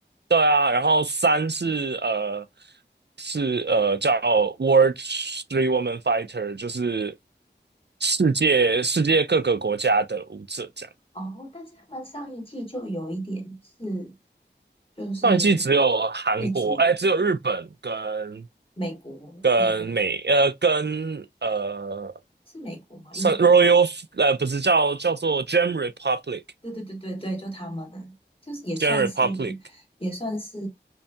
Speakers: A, on the right; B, on the left.
A: 对啊，然后三是呃是呃叫 World Three Woman Fighter，就是世界世界各个国家的舞者这样。
B: 哦，但是他们上一季就有一点是就是
A: 上一季只有韩国，
B: 一组
A: 哎，只有日本跟
B: 美国那个
A: 跟美呃跟呃
B: 是美国吗？
A: 算
B: 英国？
A: Royal 呃不是叫叫做 Gem Republic
B: 对对对对对，就他们，就是也算是
A: Gem Republic，
B: 也算是。